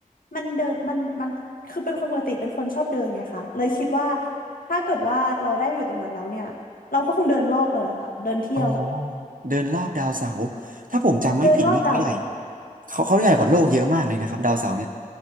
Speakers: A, on the left; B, on the right.
A: มันเดินมันมันคือเป็นคนปกติเป็นคนชอบเดินไงคะเลยคิดว่าถ้าเกิดว่าเราได้ไปอยู่ตรงนั้นแล้วเนี่ยเราก็คงเดินรอบเลยค่ะเดินเที่ยว
B: <laughs> อ๋อเดินรอบดาวเสาร์ถ้าผมจำไม่ผิดนี่เขาใหญ่
A: เดินรอบดาว
B: เขาเขาใหญ่กว่าโลกเยอะมากเลยนะครับดาวเสาร์เนี่ย